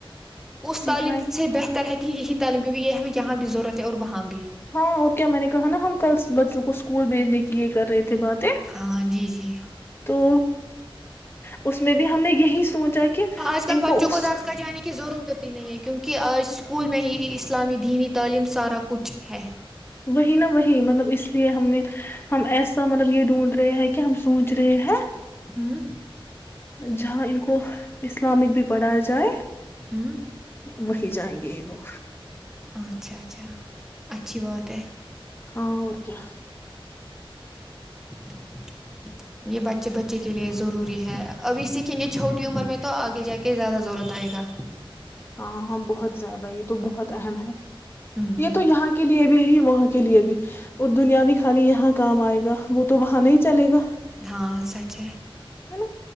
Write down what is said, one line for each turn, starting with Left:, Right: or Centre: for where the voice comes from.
Centre: اس
Left: سیکھنا
Centre: تعلیم سے بہتر ہے کہ یہی تعم کیکہ یہ ہمیں یہاں بھی ضرورت ہے اور وہاں بھی
Left: ہاں اور کیا میں نے کہا نا ہم کل بچ رک اس کو اسکول بھیجنے کی یہ کر رہے بات ہے
Centre: ہاں جی جی
Left: تو اس میں بھی ہم نے یہی سوچا کہ
Centre: آج کل
Left: ان
Centre: بچوں
Left: اس
Centre: کو درس کا جانے کی ضرورت نہیں ہے کیونکہ آج اسکول میں ہی اسلامی دینی تعلیم سارا کچھ ہے
Left: وہی نا وہی مطلب اس لیے ہم نے ہم ایسا مطلب یہ ڈھونٹ رہے ہیں کہ ہم سوچ رہے ہیں
Centre: ہوں
Left: جہاں ان کو اسلامک بھی پڑھا جائے
Centre: ہوں
Left: وہی جائیں گے یہ لگ
Centre: اچھا اچھا اچھا اچھی بات ہے
Left: ہاں اور کیا
Centre: <inaudible> یہ بچے بچے کے لیے ضروری ہے ابھی سیکھیں گے چھوٹی عمر میں تو آگے جا کے زیادہ ضرورت آئے گا
Left: ہاں ہاں بہت زیادہ یہ تو بہت اہم ہے
Centre: ہوں
Left: یہ تو یہاں کے لیے بھی ہے ہے وہاں کے لیے بھی اور دنیا بھی خالی یہاں کام آئے گا وہ تو وہاں نہیں چلے گا
Centre: ہاں س چ
Left: ہے نا